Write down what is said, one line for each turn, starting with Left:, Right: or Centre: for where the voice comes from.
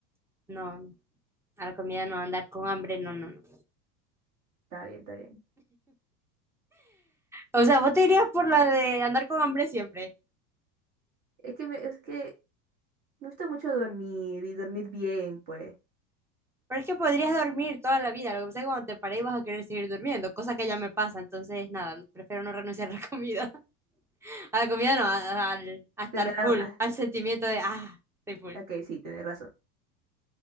Centre: no, a la comida no, andar con hambre, no, no, no.
Right: Está bien, está bien.
Centre: O sea, vos te irías por la de andar con hambre siempre.
Right: Es que, me- es que me gusta mucho dormir y dormir bien, pues.
Centre: Pero es que podrías dormir toda la vida. Lo que pasa es que cuando te pares vas a querer seguir durmiendo, cosa que ya me pasa. Entonces, nada, prefiero no renunciar a la comida. <laughs> A la comida no, a, al- a estar
Right: Tener
Centre: full,
Right: a, ah,
Centre: al sentimiento de, ah, estoy full.
Right: ok, sí, tenés razón.